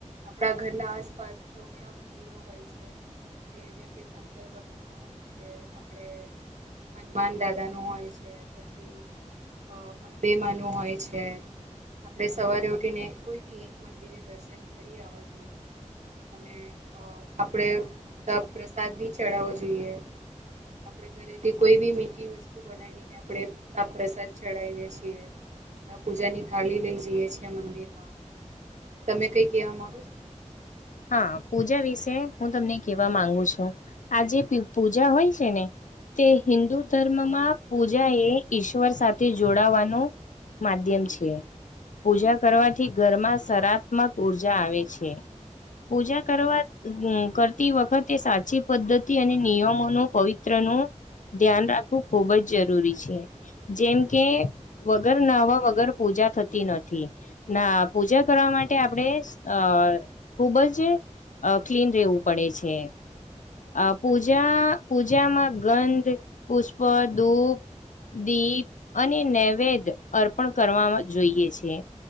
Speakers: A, on the right; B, on the left.
A: આપણા ઘર ના આસપાસ તો ઘણા મંદિરો હોય. કે જેમ કે શંકર ભગવાન નું હોય છે આપડ હનુમાન દાદા નું હોય છે. છે પછી અંબેમાનું હોય છે. આપડણે સવારે ઉઠીને કોઈ બી એક મંદિરે દર્શન કરી આવવા જોઈએ. અને આપણેે તપ પ્રસાદ બી ચડાવો જોઈએ. આપડે ઘરેથી કોઈ બી મીઠી વસ્તુ બનાવીને આપડે તાપ પ્રસાદ ચડાવએ છીએ. ત્યા પૂજા ની થાળી લઈ જઈએ છે મંદિર માં તમે કઈ કહેવા માંગો છો?
B: હા પૂજા વિશે હું તમને કેવા માંગુ છું આજે પૂજા હોય છે ને. તે હિન્દુ ધર્મમાં પૂજા એ ઈશ્વર સાથે જોડાવાનું. માધ્યમ છે. પૂજા કરવાથી ઘરમાં સરાત્મક ઉર્જા આવે છે. પૂજા કરવા કરતી વખતે સાચી પદ્ધતિ અને નિયમોનું પવિત્રનુ ધ્યાન રાખવું ખૂબ જ જરૂરી છે જેમ કે વગર નાહવા વગર પૂ પૂજા થતી નથી, ના પૂજા કરવા માટે આપડે અહ ખુબજ અહ ક્લીન રહેવું પડે છે. અહ પૂજા પૂજામાં ગંધ, પુષ્પ, દૂપ દીપ અને નૈવેદ્ય અર્પણ કરવામાં જોઈએ છે.